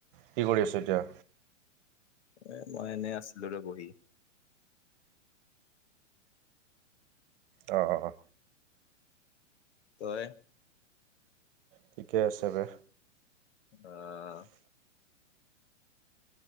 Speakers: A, on the right; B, on the left.
A: কি কৰি আছোঁ এতিয়া
B: এ মই এনে আছিলো ৰ বহি
A: অ অ অ
B: তই
A: ঠিকে আছে দে
B: আহ